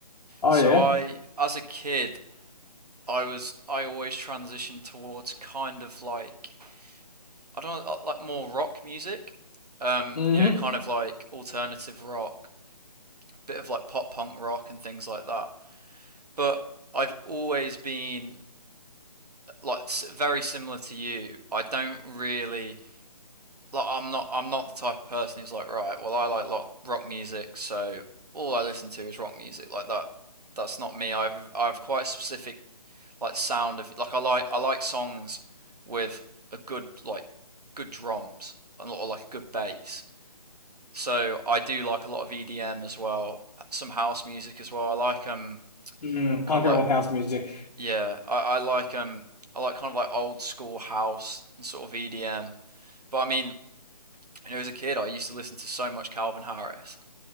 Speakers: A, on the left; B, on the right.
A: Oh
B: So
A: yeah.
B: I as a kid, I was I always transitioned towards kind of like I don't know, uh, like more rock music. Um,
A: hmm
B: you know, kind of like alternative rock, a bit of like pop punk rock and things like that. But I've always been like very similar to you. I don't really like I'm not I'm not the type of person who's like right well I like rock, rock music so all I listen to is rock music like that that's not me I've I've quite a specific like sound of like I like I like songs with a good like good drums and or like a good bass so I do like a lot of EDM as well some house music as well I like um
A: Mm, punk
B: kind of like
A: rock with house music.
B: yeah I, I like um I like kind of like old school house and sort of EDM but I mean and as a kid, I used to listen to so much Calvin Harris.